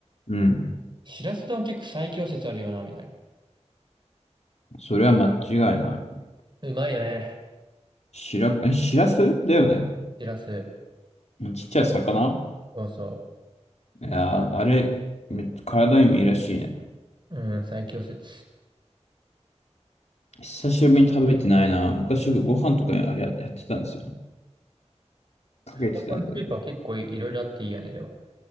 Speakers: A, on the left (about 70°); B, on the right (about 40°).
A: うん。
B: しらす丼結構最強説あるよな、みたいな。
A: それは間違いない。
B: うまいよね。
A: しら、え、しらすだよね。
B: しらす。
A: ちっちゃい魚
B: そうそ
A: いやー、あれ、め体にもいいらしいね。
B: う。うん、最強説。
A: 久しぶりに食べてないな。昔よくご飯とかにあれややってたんですよ。かけてたんだよね。
B: ここのスープは結構い、いろいろあっていいよね、でも。